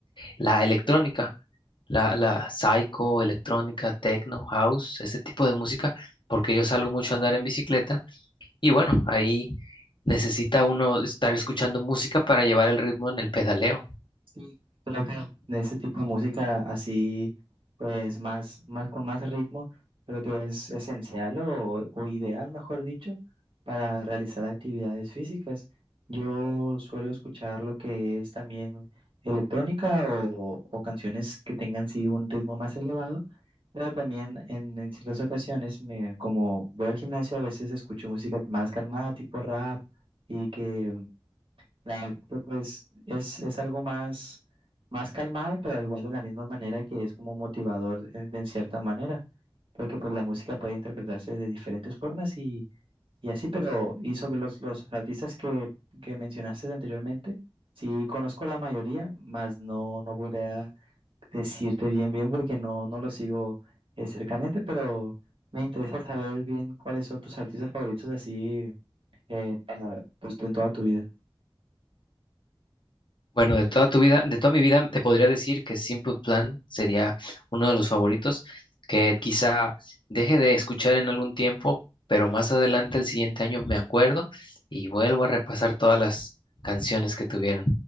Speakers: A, on the left (about 60°); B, on the right (about 70°).
A: la electrónica, la, la psycho, electrónica, techno, house, este tipo de música, porque yo salgo mucho a andar en bicicleta y bueno, ahí necesita uno estar escuchando música para llevar el ritmo en el pedaleo.
B: Sí, creo que de este tipo de música así, pues más, más con más ritmo, creo que es esencial o, o ideal, mejor dicho, para realizar actividades físicas. Yo suelo escuchar lo que es también electrónica o, o canciones que tengan sí un ritmo más elevado, pero también en, en ciertas ocasiones, me, como voy al gimnasio, a veces escucho música más calmada, tipo rap, y que Claro, que pues es, es algo más, más calmado, pero igual de la misma manera que es como motivador en, en cierta manera, porque pues la música puede interpretarse de diferentes formas y, y así, pero y sobre los, los artistas que, que mencionaste anteriormente, sí conozco la mayoría, más no, no podría decirte bien bien porque no, no lo sigo eh, cercamente, pero me interesa saber bien cuáles son tus artistas favoritos así eh, para, pues en toda tu vida.
A: Bueno, de toda tu vida, de toda mi vida, te podría decir que Simple Plan sería uno de los favoritos, que quizá deje de escuchar en algún tiempo, pero más adelante, el siguiente año, me acuerdo y vuelvo a repasar todas las canciones que tuvieron.